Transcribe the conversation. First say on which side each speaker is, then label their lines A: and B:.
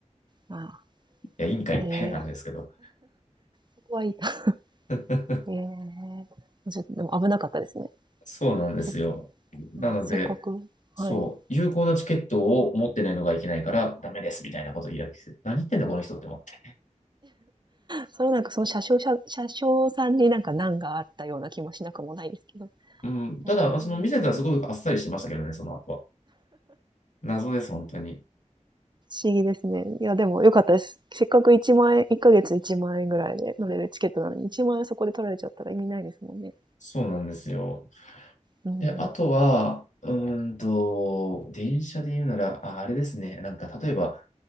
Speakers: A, on the right; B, on the left.
A: あ
B: や、いいんかいみたいな感じですけど。
A: あ、へえ、そこはいいな。
B: <laughs>
A: <laughs> へえ。ちょっと、でも危なかったですね。
B: そうなんですよ。
A: せ、
B: なので、
A: うん、せっかく。
B: そう、
A: はい。
B: 有効なチケットを持ってないのがいけないから、ダメですみたいなことを言い訳して、何言ってんだ、この人って思って。
A: それはなんかその車掌車、車掌さんになんか難があったような気もしなくもないですけど。へ
B: うん、ただ、
A: え、不
B: まあその見せたらすごくあっさりしてましたけどね、その後は。謎です、本当に。
A: 思議ですね。いや、でも良かったです。せっかく1万円、1ヶ月1万円ぐらいで乗れるチケットなのに、1万円そこで取られちゃったら意味ないですもんね。
B: そうなんですよ。
A: うんうん。
B: で、あとは、うーんと、電車で言うなら、あ、あれですね。なんか、例えば、